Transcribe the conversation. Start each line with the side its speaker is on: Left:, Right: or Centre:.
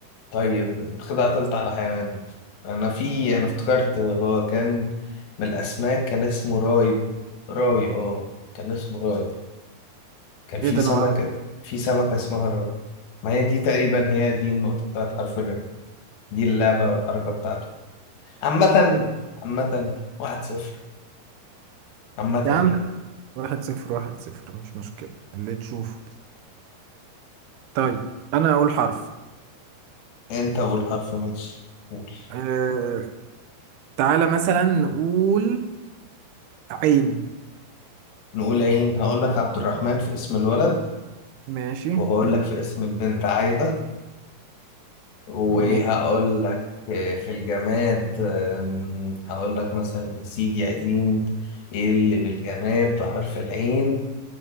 Left: طيب انت كده قتلت على حيوان انا في انا افتكرت هو كان من الاسماك كان اسمه راي راي اه كان اسمه راي كان في
Right: ايه ده
Left: سمك
Right: انا معرفش
Left: في سمكة اسمها راي ما هي دي تقريبا هي دي النقطة بتاعت حرف الراء دي اللعبة والحركة بتاعته عامة عامة واحد صفر عامة
Right: يا عم
Left: يعني
Right: واحد صفر واحد صفر مش مشكلة اللي تشوفه طيب أنا أقول حرف
Left: انت قول حرف ماشي قول
Right: أه... تعالى مثلا نقول عين
Left: نقول عين هقول لك عبد الرحمن في اسم الولد
Right: ماشي
Left: وهقول لك في اسم البنت عايدة وايه
Right: ماشي
Left: هقول لك آه، في الجماد آم، هقول لك مثلا سيدي قديم ايه اللي بالجماد بحرف العين